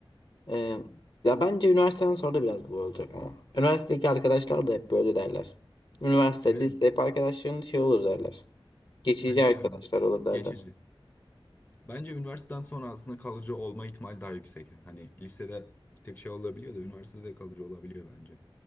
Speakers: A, on the left; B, on the left.
A: Ee, ya bence üniversiteden sonra da biraz bu olacak ama. Üniversitedeki arkadaşlar da hep böyle derler. Üniversite,
B: Aynen.
A: lise hep arkadaşların şey olur derler. Geçici
B: Hani
A: arkadaşlar
B: bir yerden
A: olur derler.
B: geçici. Bence üniversiteden sonra aslında kalıcı olma ihtimali daha yüksek. Hani lisede bir tek şey olabiliyor da üniversitede kalıcı olabiliyor bence.